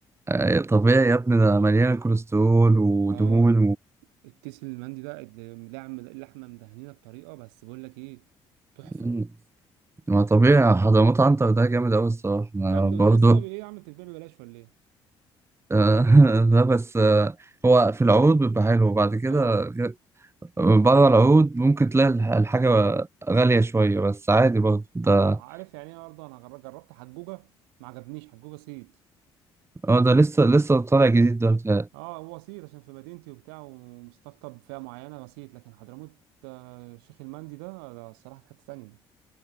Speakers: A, on the right; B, on the right.
A: آه، طبيعي يا ابني ده مليانة كوليسترول ودهون
B: اه التيس المندي ده اللي- لعم- اللحمة مدهنينة بطريقة بس بقول لك ايه تحفة
A: مم. ما طبيعي حضرموت عنتر ده جامد أوي الصراحة أنا
B: جامدة
A: برضه
B: وتحس ان هو بي- ايه يا عم انت بتبيع ببلاش ولا ايه
A: آه، <laughs> ده بس آه، هو في العروض بيبقى حلو وبعد كده
B: اه
A: بره العروض ممكن تلاقي الح- الحاجة غالية شوية بس عادي برضه ده
B: اه عارف يعني ايه برضه انا جر- جربت حجوجه ما عجبنيش حجوجه صيت
A: هو ده لسه لسه طالع جديد ده بتاعي.
B: اه هو صيت عشان في مدينتي وبتاع ومستقطب فئه معينه صيت لكن حضرموت آه، شيخ المندي ده ده الصراحه في حته ثانيه